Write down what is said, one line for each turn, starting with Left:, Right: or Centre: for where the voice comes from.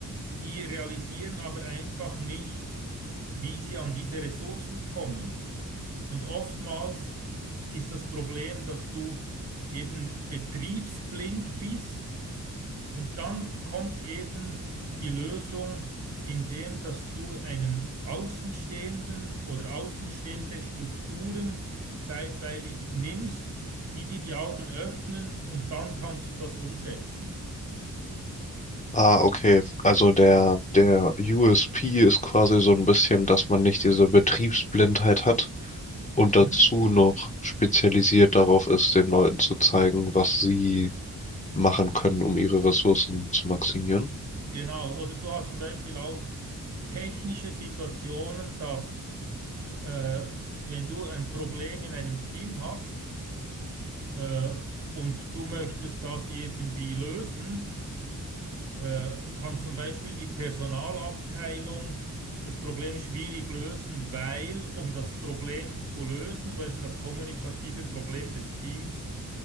Right: die realisieren aber einfach nicht, wie sie an diese Ressourcen kommen. Und oftmals ist das Problem, dass du eben betriebsblind bist und dann kommt eben die Lösung, indem dass du einen Außenstehenden oder außenstehende Strukturen zeitweilig nimmst, die dir die Augen öffnen und dann kannst du das umsetzen.
Left: Ah, okay. Also der, der USP ist quasi so ein bisschen, dass man nicht diese Betriebsblindheit hat, und dazu
Right: Mhm.
Left: noch spezialisiert darauf ist, den Leuten zu zeigen, was sie machen können, um ihre Ressourcen zu maximieren.
Right: Genau. Oder du hast zum Beispiel auch technische Situationen, dass äh, wenn du ein Problem in einem Team hast äh, und du möchtest das irgendwie lösen, äh, kann zum Beispiel die Personalabteilung das Problem schwierig lösen, weil, um das Problem zu lösen, zum Beispiel das kommunikative Problem des Teams,